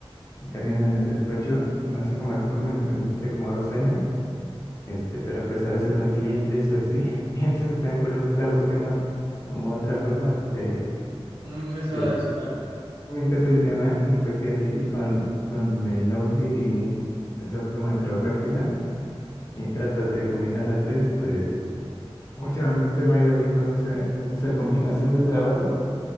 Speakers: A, on the left; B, on the right.
A: y también en el despacho, así como de forma independiente, como dos años, este, pero pues a veces no hay clientes o así, <laughs> y entonces también por eso estaba buscando como otra forma de,
B: Un ingreso
A: de
B: adicional.
A: un ingreso adicional, y fue que decidí con, con el Outlier y esta forma de trabajar freelance, y trato de combinar las tres, y pues últimamente me ha ido bien con ese, con esa <laughs> combinación de trabajo,